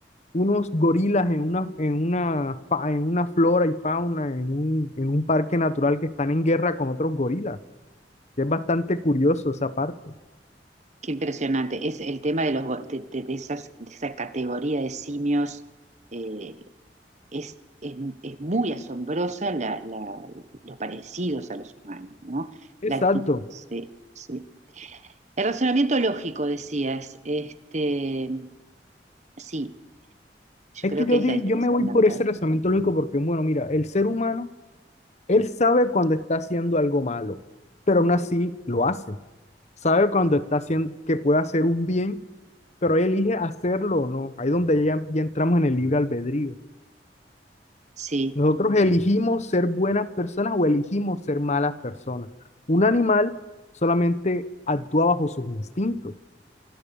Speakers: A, on the left (about 40°); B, on the right (about 40°).
A: unos gorilas en una, en, una, fa- en una flora y fauna, en un, en un parque natural que están en guerra con otros gorilas. Es bastante curioso esa parte.
B: qué impresionante, es el tema de, los, go- de, de- de esas, de esa categoría de simios. eh, es, es- es muy asombrosa la, la- los parecidos a los humanos, ¿no?
A: Exacto.
B: La acti- sí, sí. El razonamiento lógico, decías, este, sí, yo
A: Es
B: creo
A: que yo,
B: que es
A: di-
B: la diferencia
A: yo me voy
B: fundamental.
A: por ese razonamiento lógico porque, bueno, mira, el ser humano Él sabe cuando está haciendo algo malo, pero aún así lo hace. Sabe cuando está haciendo que puede hacer un bien, pero él elige hacerlo o no. Ahí es donde ya, ya entramos en el libre albedrío.
B: Sí,
A: Nosotros elegimos ser buenas personas o elegimos ser malas personas. Un animal solamente actúa bajo sus instintos.